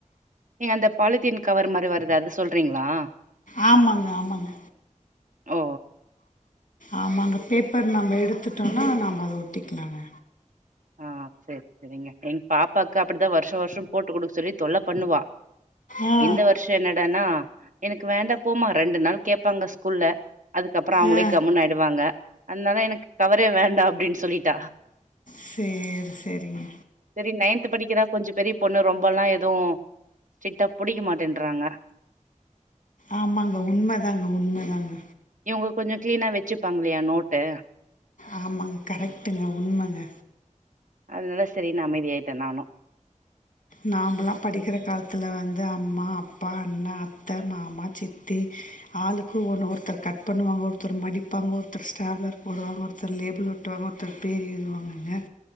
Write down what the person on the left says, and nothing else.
ஆமாங்க ஆமாங்க
ஆமாங்க பேப்பர் நம்ப எடுத்துட்டோனா நம்ப அத ஒட்டிக்கலாங்க
ஆ
ஆ
செரி செரிங்க
ஆமாங்க உண்மைதாங்க உண்மைதாங்க
ஆமாங்க கரெக்டுங்க உண்மங்க
நாம்பலா படிக்கிற காலத்து வந்து அம்மா அப்பா அண்ணா அத்த மாமா சித்தி ஆளுக்கு ஒன்னு ஒருத்தர் கட் பண்ணுவாங்க ஒருத்தர் மடிப்பாங்க ஒருத்தர் ஸ்டாபுலர் போடுவாங்க ஒருத்தர் லேபிள் ஒட் டுவாங்க ஒருத்தர் பேர் எழுதுவாங்கங்க